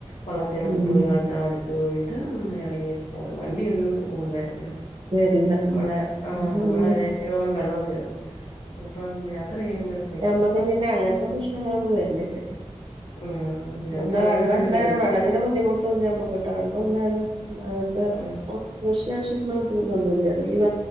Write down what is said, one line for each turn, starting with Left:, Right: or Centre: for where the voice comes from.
Left: വള്ളത്തിലൊക്കെ
Right: ഉം
Left: പോയി കാണ്ട് അടുത്ത് പോയിട്ട് എറങ്ങി പോണം വണ്ടിയൊന്നും ഇങ്ങോട്ട് വരത്തില്ല
Right: വരില്ല ഉം
Left: നമ്മള ആഹ്
Right: ഞമ്മക്ക്
Left: നമ്മള
Right: പിന്നെ
Left: വരെ റ്റോളം വെള്ളം കേറും അപ്പം യാത്ര ചെയ്യുമ്പഴ്
Right: നമ്മക്ക് പിന്നെ അങ്ങൻത്തെ പ്രശ്നങ്ങളൊന്നും വര്നില്ല
Left: ആഹ് ഞങ്ങൾക്ക്
Right: ന്ന വെള്ളം
Left: അങ്ങനെ ഒരു
Right: ഇണ്ടാനു
Left: ഇതുണ്ട്
Right: വെള്ള ത്തിന് ബുദ്ധിമുട്ടും ഇല്ല നമ്മക്ക്ട്ട വെള്ളം ഇണ്ടാനും അങ്ങൻത്തെ
Left: ആഹ്
Right: കൃഷി നശിക്ക്ണ <unintelligible> അതെ ഇവ